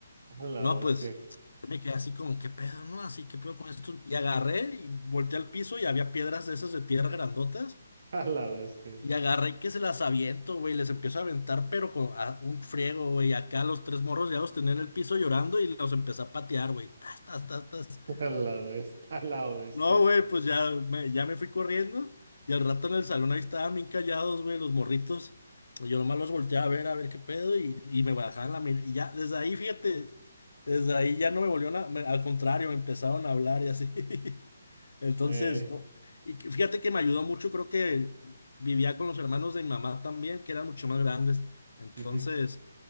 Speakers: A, on the right; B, on the left.
A: a la
B: No,
A: bestia,
B: pues yo me quedé así como, ¿qué pedo, no? Así, ¿qué pedo con esto? Y agarré y volteé al piso y había piedras de esas de tierra grandotas.
A: <laughs> a la bestia,
B: Y agarré que se las aviento, güey, les empiezo a aventar, pero con a- un friego, güey. Acá los tres morros ya los tenía en el piso llorando y los empecé a patear, güey. Tas, tas, tas, tas.
A: a la bestia, a la bestia,
B: No, güey, pues ya me, ya me fui corriendo y al rato en el salón ahí estaban bien callados, güey, los morritos. Yo nomás los volteé a ver, a ver qué pedo y, y me bajaban la mirada. Y ya, desde ahí, fíjate, desde ahí ya no me volvieron a, me- al contrario, me empezaron a hablar y así. <laughs> Entonces,
A: eh,
B: no, y que- fíjate que me ayudó mucho, creo que vivía con los hermanos de mi mamá también, que eran mucho más grandes. Entonces,
A: ujú,